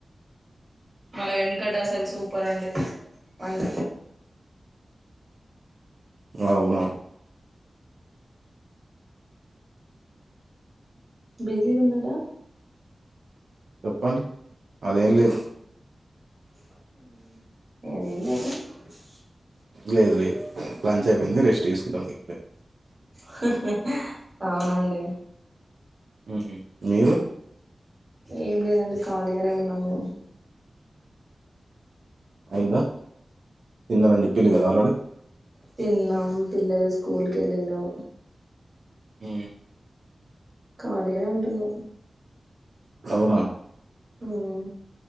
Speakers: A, on the right; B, on the right.
A: మన వెనుకట అసలు సూపర్ అండి వంట
B: అవునా
A: బిజిగున్నరా
B: చెప్పండి అదేం లేదు
A: <unintelligible>
B: లేదు లేదు లంచ్ అయిపోయింది రెస్ట్ ఈసుకుంటాంది
A: హు హు అవునండి
B: ఉహు మీరు
A: ఏం లేదండి ఖాళిగనే ఉన్నాం మేము
B: అయింద తిన్నరని చెప్పిల్లు గదా ఆల్రెడీ
A: తిన్నాం పిల్లలు స్కూల్ కెళ్ళినం
B: ఊ
A: కాలిగనే ఉంటున్న
B: అవునా
A: ఊహ్